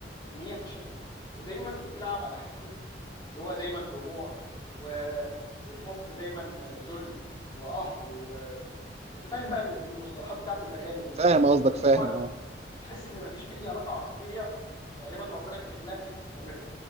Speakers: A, on the left; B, on the right.
A: ان هي فشلت ودايما بتلعب على حته اللي هو دايما دموع و... والحب دايما ذل وقهر و... انت فاهم بقى المصطلحات بتاعت الاغاني دي
B: فاهم قصدك
A: ان
B: فاهم
A: هو
B: اه
A: تحس ان مفيش اي علاقه عاطفيه تقريبا ربنا كاتب لها ان هي تستمر